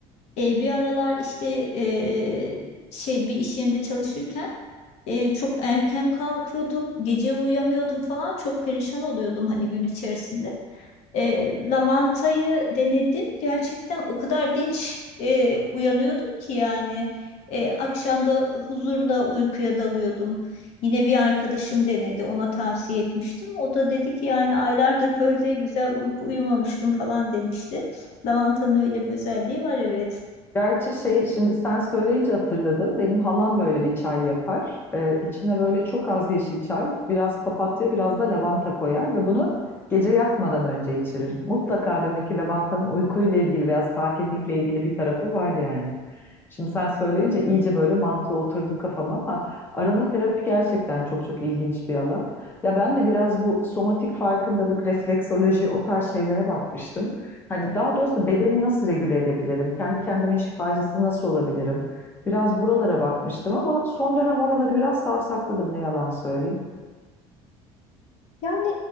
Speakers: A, on the left; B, on the left.
A: E, bir aralar işte e, şey bir iş yerinde çalışırken e, çok erken kalkıyordum, gece uyuyamıyordum falan çok perişan oluyordum hani gün içerisinde. E, lavantayı denedim gerçekten o kadar dinç e, uyanıyordum ki yani e, akşamda huzurla uykuya dalıyordum. Yine bir arkadaşım denedi ona tavsiye etmiştim. O da dedi ki yani aylardır böyle güzel uyku uyumamıştım falan demişti. Lavantanın öyle bir özelliği var evet.
B: Gerçi şey şimdi sen söyleyince hatırladım. Benim halam böyle bir çay yapar. Ee, içine böyle çok az yeşil çay, biraz papatya, biraz da lavanta koyar ve bunu gece yatmadan önce içirir. Mutlaka demek ki lavantanın uykuyla ilgili veya sakinlikle ilgili bir tarafı var yani. Şimdi sen söyleyince iyice böyle mantığı oturdu kafama ama aromaterapi gerçekten çok çok ilginç bir alan. Ya ben de biraz bu somatik farkındalık, refleksoloji o tarz şeylere bakmıştım. Hani daha doğrusu bedeni nasıl regüle edebilirim? Kendi kendimin şifacısı nasıl olabilirim? Biraz buralara bakmıştım ama son dönem oraları biraz savsakladım ne yalan söyleyeyim.
A: Yani